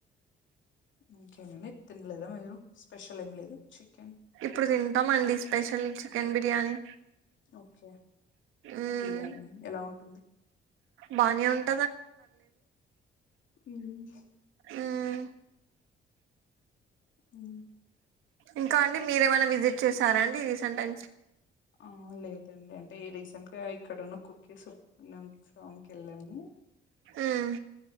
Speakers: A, on the left; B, on the right.
A: ఓకేనండి తినలేదా మీరు స్పెషల్ ఏం లేదు చికెన్
B: ఇప్పుడు తింటామండి స్పెషల్ చికెన్ బిర్యానీ
A: ఓకే
B: ఉమ్
A: బిర్యానీ ఎలా ఉంటుంది
B: బానే ఉంది
A: ఉమ్
B: ఉమ్
A: ఊ
B: ఇంకా అండి మీరేమైనా విసిట్ చేసారా అండి రీసెంట్ టై
A: ఆ లేదండి అంటే రీసెంట్ గా ఇక్కడున్న కుక్కే సు అన్నానికి సాంగ్కి ఎళ్ళాము
B: ఉమ్